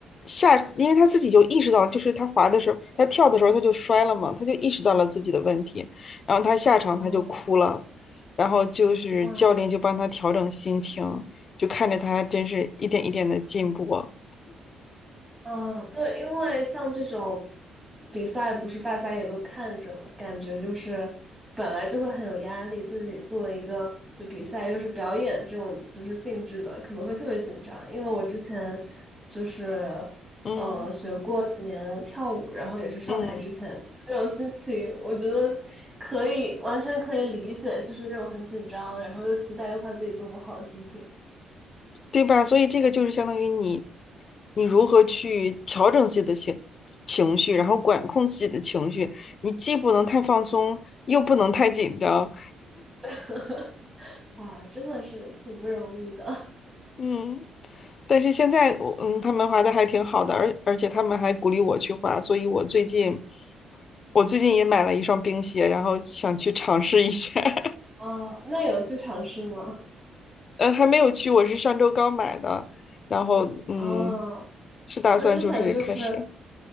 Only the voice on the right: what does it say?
哦，
哇。
啊，对，因为像这种比赛，不是大家也都看着嘛，感觉就是本来就会很有压力，自己作为一个就比赛又是表演这种就是性质的，可能会特别紧张。因为我之前就是呃学过几年跳舞，
然后也是上台之前就那种心情，
我觉得可以完全可以理解，就是那种很紧张，然后又期待又怕自己做不好的心情。
<laughs> 哇，真的是挺不容易的。
哦，那有去尝试吗？
哦，
那之前就是